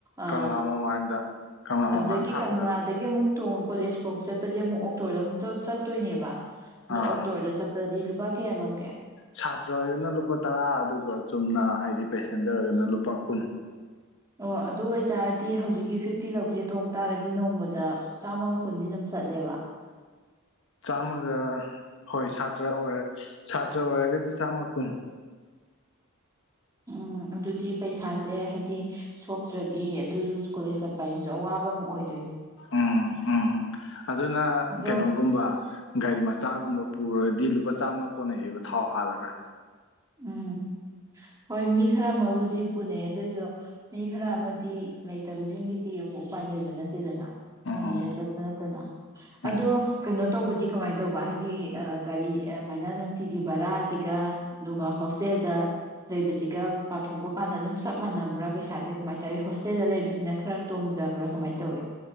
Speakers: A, on the right; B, on the left.
A: ꯑ
B: ꯀꯪꯂꯥ ꯃꯃꯥꯡꯗ ꯀꯪꯂꯥ
A: ꯑꯗꯨꯗꯒꯤ
B: ꯃꯃꯥꯡ ꯈꯥꯝꯗꯣꯏꯕ
A: ꯀꯪꯂꯥ ꯑꯗꯒꯤ ꯑꯃꯨꯛ ꯇꯣꯡ ꯀꯣꯂꯦꯖ ꯐꯥꯎ ꯆꯠꯄꯁꯦ ꯑꯃꯨꯛ ꯑꯣꯛꯇꯣꯗ ꯑꯃꯨꯛ ꯆꯠꯇꯣꯏꯅꯦꯕ
B: ꯑꯥ
A: ꯑꯣꯛꯇꯣꯗ ꯄꯗꯗꯤ ꯂꯨꯄꯥ ꯀꯌꯥ ꯂꯧꯒꯦ
B: ꯁꯥꯇ꯭ꯔ ꯑꯣꯏꯔꯒꯅ ꯂꯨꯄꯥ ꯇꯔꯥ ꯑꯗꯨꯒ ꯆꯨꯝꯅ ꯍꯥꯏꯗꯤ ꯄꯦꯁꯦꯟꯖꯔ ꯑꯣꯏꯔꯒꯅ ꯂꯨꯄꯥ ꯀꯨꯟ
A: ꯑꯣ ꯑꯗꯨ ꯑꯣꯏꯇꯥꯔꯗꯤ ꯍꯧꯖꯤꯛꯀꯤ ꯐꯤꯐꯇꯤ ꯂꯧꯁꯦ ꯇꯣꯡ ꯇꯥꯔꯗꯤ ꯅꯣꯡꯃꯗ ꯆꯥꯝꯃꯒ ꯀꯨꯟꯗꯤ ꯑꯗꯨꯝ ꯆꯠꯂꯦꯕ
B: ꯆꯃꯒ ꯍꯣꯏ ꯁꯥꯇ꯭ꯔ ꯑꯣꯏꯔ ꯁꯥꯇ꯭ꯔ ꯑꯣꯏꯔꯒꯗꯤ ꯆꯥꯝꯃ ꯀꯨꯟ
A: ꯎꯝ ꯑꯗꯨꯗꯤ ꯄꯩꯁꯥꯁꯦ ꯍꯥꯏꯗꯤ ꯁꯣꯛꯇ꯭ꯔꯗꯤ ꯑꯗꯨꯁꯨ ꯀꯣꯂꯦꯖ ꯆꯠꯄ ꯍꯥꯏꯁꯨ ꯑꯋꯥꯕ ꯑꯃ ꯑꯣꯏ
B: ꯎꯝ ꯎꯝ ꯑꯗꯨꯅ
A: ꯑꯗꯣ
B: ꯀꯩꯅꯣꯒꯨꯝꯕ ꯒꯥꯔꯤ ꯃꯆꯥꯒꯨꯝꯕ ꯄꯨꯔꯗꯤ ꯂꯨꯄꯥ ꯆꯥꯝꯅ ꯀꯣꯟꯅꯩꯑꯕ ꯊꯥꯎ ꯍꯥꯜꯂꯒ
A: ꯎꯝ ꯍꯣꯏ ꯃꯤ ꯈꯔ ꯑꯃꯕꯨꯗꯤ ꯄꯨꯅꯩ ꯑꯗꯨꯏꯁꯨ ꯃꯤ ꯈꯔ ꯑꯃꯗꯤ ꯂꯩꯇꯕꯁꯤꯡꯒꯤꯗꯤ ꯑꯃꯨꯛ ꯎꯄꯥꯏ ꯂꯩꯕ ꯅꯠꯇꯦꯗꯅ
B: ꯎꯝ
A: ꯂꯥꯏꯟꯗ ꯆꯠꯠꯇꯅꯗꯅ
B: ꯎꯝ
A: ꯑꯗꯣ ꯀꯩꯅꯣ ꯇꯧꯕꯗꯤ ꯀꯃꯥꯏꯅ ꯇꯧꯕ ꯍꯥꯏꯗꯤ ꯒꯥꯔꯤ ꯑꯗꯨꯃꯥꯏꯅ ꯅꯨꯡꯇꯤꯒꯤ ꯕꯔꯥꯁꯤꯒ ꯑꯗꯨꯒ ꯍꯣꯁꯇꯦꯜꯗ ꯂꯩꯕꯁꯤꯒ ꯄꯥꯊꯣꯛꯄ ꯀꯥꯟꯗ ꯑꯗꯨꯝ ꯆꯞ ꯃꯥꯟꯅꯕ꯭ꯔꯥ ꯄꯩꯁꯥꯁꯦ ꯀꯃꯥꯏꯅ ꯇꯧꯋꯤ ꯍꯣꯁꯇꯦꯜꯗ ꯂꯩꯕꯁꯤꯅ ꯈꯔ ꯇꯣꯡꯖꯕ꯭ꯔꯥ ꯀꯃꯥꯏꯅ ꯇꯧꯏ